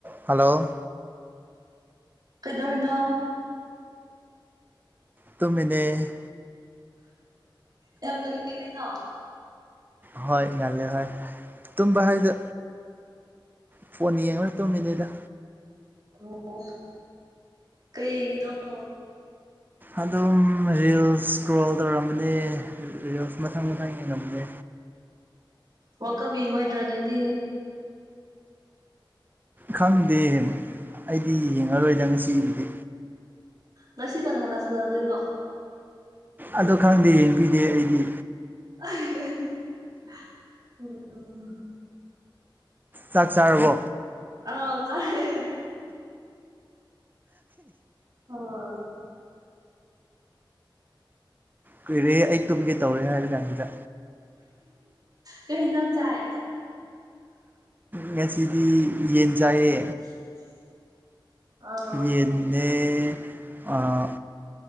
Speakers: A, on the right; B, on the right.
A: ꯍꯜꯂꯣ
B: ꯀꯗꯧꯔꯤꯅꯣ
A: ꯇꯨꯃꯤꯅꯦ
B: ꯌꯥꯝ ꯉꯜꯂꯤ ꯀꯩꯅꯣ
A: ꯍꯣꯏ ꯉꯜꯂꯦ ꯍꯣꯏ ꯇꯨꯝꯕ ꯍꯥꯏꯗꯤ ꯐꯣꯟ ꯌꯦꯡꯂ ꯇꯨꯝꯃꯤꯅꯤꯗ
B: ꯑꯣ ꯀꯩ ꯌꯦꯡꯉꯤꯅꯣ
A: ꯑꯗꯨꯝ ꯔꯤꯜꯁ ꯏꯁꯀ꯭ꯔꯣꯜ ꯇꯧꯔꯝꯕꯅꯦ ꯔꯤꯜꯁ ꯃꯊꯪ ꯃꯊꯪ ꯌꯦꯡꯉꯝꯕꯅꯦ
B: ꯋꯥꯔꯜ ꯀꯞ ꯌꯦꯡꯉꯣꯏꯗ꯭ꯔꯣ ꯅꯣꯏꯗꯤ
A: ꯈꯪꯗꯦ ꯑꯩꯗꯤ ꯌꯦꯡꯉꯔꯣꯏꯗ ꯉꯁꯤꯒꯤꯗꯤ
B: ꯉꯁꯤ ꯀꯅꯥ ꯀꯅꯥ ꯁꯥꯟꯅꯗꯣꯏꯅꯣ
A: ꯑꯗꫭ ꯈꯪꯗꯦ ꯌꯦꯡꯕꯤꯗꯦ ꯑꯩꯗꯤ
B: <unintelligible>
A: ꯆꯥꯛ ꯆꯥꯔꯕꯣ
B: ꯑꯥꯎ ꯆꯥꯔꯦ ꯑ
A: ꯀꯨꯏꯔꯦꯍꯦ ꯑꯩ ꯇꯨꯝꯒꯦ ꯇꯧꯔꯦ ꯍꯥꯏꯔ ꯀꯥꯟꯖꯤꯗ
B: ꯀꯔꯤ ꯍꯤꯟꯖꯥꯡ ꯆꯥꯏ
A: ꯉꯁꯤꯗꯤ ꯌꯦꯟ ꯆꯥꯏꯌꯦ
B: <inaudible> ꯑꯥ
A: ꯌꯦꯟꯅꯦ ꯑꯥ